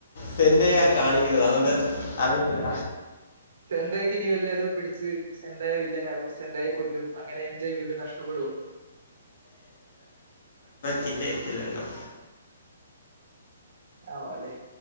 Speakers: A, on the left (about 45°); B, on the right (about 55°).
A: സെന്റ് യ്യ കാണിക്കുന്നത് അതൊണ്ട് അറിയത്തില്ല
B: സെൻറയ്ക്ക് ഇനി വല്ലതും പിടിച്ച് സെൻണ്ട യ് വില്ലനെ അവർ സെണ്ടയെ കൊല്ലും അങ്ങനെഎന്റെ വീടുംനഷ്ടപ്പെടും
A: കില്ല എത്തില്ലല്ലോ
B: ആണോ അല്ലേ